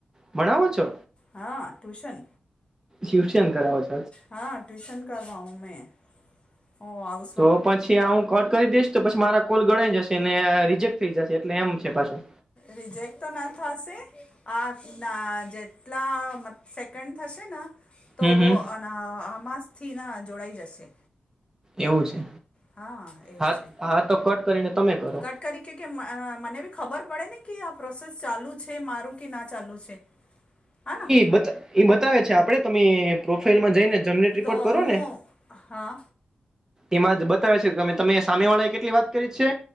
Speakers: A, on the right; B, on the left.
A: ભણાવો છો.
B: હા, ટ્યુશન
A: શિવશન કરાવ છે.
B: હા, ટ્યુશન કરવા હ મેં ઓ આવ
A: તો પછી હુ કટ કરી દઈશ તો પછી મારા કોલ ગણાય જશે ને રિજેક્ટ થઈ જશે એટલે એમ છે, પાછું
B: રિજેક્ટ તો ના થશે આ ના જેટલા સેકન્ડ થશે ને તો
A: હમ
B: વો
A: હમ
B: આના આમાંસથી ના જોડાઈ, જશે
A: એવું છે,
B: હા એવું
A: હા
B: છે
A: હા તો કટ કરીને તમે કરો
B: કટ કરી કે કે મને બી ખબર પડે ને કે આ પ્રોસેસ ચાલુ છે મારું કે ના ચાલુ છે. હા ને
A: બ ઈ બતાવે છે, આપડે તમે પ્રોફાાઈલમાં જઈને જરેટ રિપોર્ટ
B: તો
A: કરો
B: હું
A: ને
B: હા
A: એમાં બતાવે છેમે તમે સામે વાળા કેટલી વાત કરી છે.